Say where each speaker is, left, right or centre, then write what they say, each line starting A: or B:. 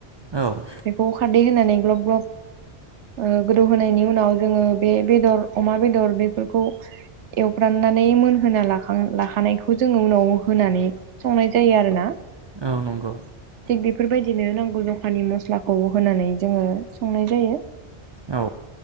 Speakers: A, on the right; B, on the right.
A: औ
B: बेखौ खारदै होनानै ग्लब- ग्लब ओ गोदौ होनायनि उ उनाव जोङो बे बेदर अमा बेदर बेफोरखौ एवब्राननानै मोनहोना लाखां-लाखानायखौ जोङो उनाव होनानै संनाय जायो आरो ना
A: औ नंगौ
B: थिग बि बेफोरबायदिनो नांगौ जखानि मस्लाखौ होनानै जोङो संनाय जायो
A: औ